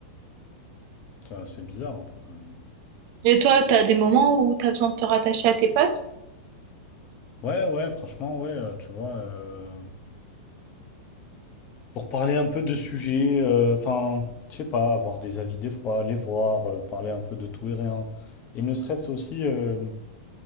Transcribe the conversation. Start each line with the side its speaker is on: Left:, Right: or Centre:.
Left: Ça, c'est bizarre un peu quand même.
Right: Et toi, t'as des moments où t'as besoin de te rattacher à tes potes?
Left: Ouais, ouais, franchement, ouais, euh, tu vois. euh, pour parler un peu de sujets, euh, enfin, je sais pas, avoir des avis des fois, les voir, euh, parler un peu de tout et rien. Et ne serait-ce aussi, euh,